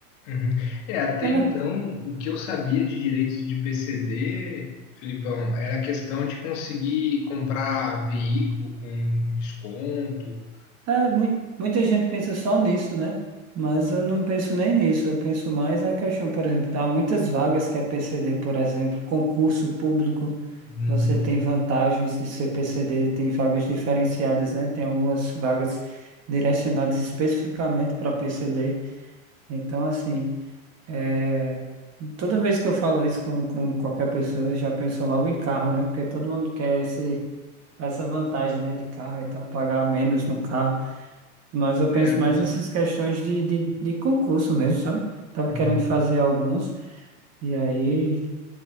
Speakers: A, on the left; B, on the right.
A: Uhum. É, até
B: Na
A: então, o que eu sabia de direitos de PCD, Filipão, era a questão de conseguir comprar veículo com desconto.
B: É, muito, muita gente pensa só nisso, né? Mas eu não penso nem nisso. Eu penso mais na questão, por exemplo, há muitas vagas que é PCD, por exemplo, concurso público.
A: Uhum.
B: Você tem vantagens de ser PCD, tem vagas diferenciadas, né? Tem algumas vagas direcionadas especificamente para PCD. Então, assim, é, toda vez que eu falo isso com, com qualquer pessoa, eu já penso logo em carro, né? Porque todo mundo quer esse, essa vantagem, né, de carro e tal, pagar menos no carro. Mas eu
A: É,
B: penso
A: mas.
B: mais nessas questões de, de, de concurso mesmo, sabe? Tava
A: Uhum.
B: querendo fazer alguns, e aí